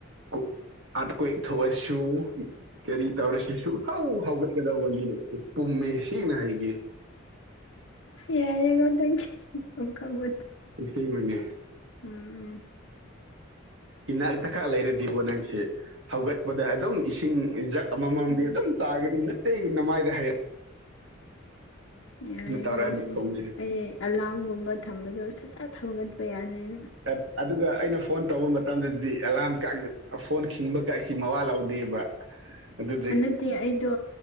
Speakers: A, on the right (about 70°); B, on the left (about 70°).
A: ꯀꯨꯛ ꯑꯥꯔꯀ꯭ꯋꯦꯛ ꯊꯣꯛꯑꯁꯨ ꯀꯔꯤ ꯇꯧꯔꯁꯨ ꯁꯨꯛꯍꯧ ꯍꯧꯒꯠꯀꯗꯧꯕ ꯃꯤ ꯅꯠꯇꯦ ꯄꯨꯝꯃꯦ ꯁꯦꯡꯅ ꯍꯥꯏꯒꯦ
B: ꯌꯥꯔꯦꯀꯣ ꯅꯪꯒꯤ ꯑꯝ ꯈꯪꯕꯣꯟꯗꯦ
A: ꯑꯁꯦꯡꯕꯅꯦ
B: ꯎꯝ
A: ꯏꯅꯥꯛꯇ ꯈꯛ ꯂꯩꯔꯗꯤꯕꯣ ꯅꯪꯁꯦ ꯍꯧꯒꯠꯄꯗ ꯑꯗꯨꯝ ꯏꯁꯤꯡ ꯖꯛ ꯑꯃꯝꯃꯝꯗꯤ
B: ꯎꯝ
A: ꯑꯗꯨꯝ ꯆꯥꯒꯅꯤ ꯅꯨꯠꯇꯤꯒꯤ ꯅꯃꯥꯏꯗ ꯍꯩꯔ
B: ꯌꯥꯔꯦꯒꯣ
A: ꯇꯧꯔꯛꯑꯅꯤ
B: ꯁꯤꯍ
A: ꯈꯣꯡꯁꯦ
B: ꯑꯩ ꯑꯂꯥꯝꯒꯨꯝꯕ ꯊꯝꯕꯗꯣ ꯁꯨꯊꯠ ꯍꯧꯒꯠꯄ ꯌꯥꯅꯦꯅ
A: ꯑꯠ ꯑꯗꯨꯒ ꯑꯩꯅ ꯐꯣꯟ ꯇꯧꯕ ꯃꯇꯝꯗꯗꯤ ꯑꯦꯂꯥꯝ ꯀꯥꯛ ꯐꯣꯟ ꯈꯤꯡꯕ ꯀꯥꯏꯁꯤ ꯃꯋꯥ ꯂꯧꯗꯦꯕ ꯑꯗꯨꯠ
B: ꯑ ꯅꯠꯇꯦ ꯑꯩꯗꯣ